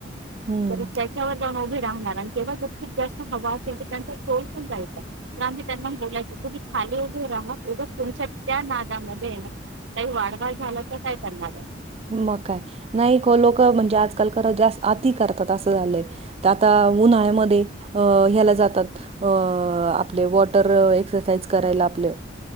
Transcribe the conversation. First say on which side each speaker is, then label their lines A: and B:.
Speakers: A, on the right; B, on the right.
A: हं.
B: तरी त्याच्यावर जाऊन उभे राहणार आणि तेव्हा खूप जास्त हवं असेल तर त्यांचा तोल पण जायचा आम्ही त्यांना बलायचो तु् खाली उभे राहा उगच तमच्या त्या नादामध्ये आहे ना काही वाढ घाल झालं तर काय करणारे.
A: मग काय नाही लोक म्हणजे आजकाल खरं तर आती करतात असं झालंय तर आता उन्हाळ्यामध्ये अ ह्याला जातात आपले वॉटर एक्सरसाइज करायला आपले